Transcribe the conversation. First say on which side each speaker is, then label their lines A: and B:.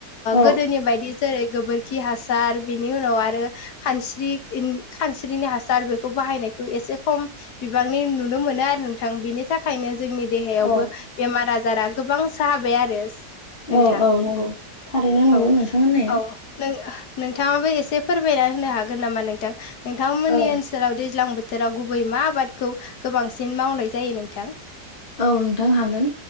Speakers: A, on the left (about 35°); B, on the left (about 80°).
A: औ
B: गोदोनि बायदि जेरै गोबोरखि हासार बेनि उनाव आरो खानस्रि खानस्रिनि हासार बेखौ बाहायनाय एसे खम बिबांनि नुनो मोनो आरो नोंथां बिनि थाखायनो जोंनि देहायावबो
A: औ
B: बेमार आजार आजारा गोबां जाबाय आरो। नोंथां
A: औ औ नंगौ थारैनो नंगौ
B: औ
A: नोंथां होननाया
B: औ नों नोंथाङाबो एसे फोरमायना होनो हागोन नामा नोंथां नोंथांमोननि
A: औ
B: ओनसोलाव दैज्लां बोथोराव गुबै यै मा आबादखौ गोबांसिन मावनाय जायो नोंथां?
A: औ नोंथां हागोन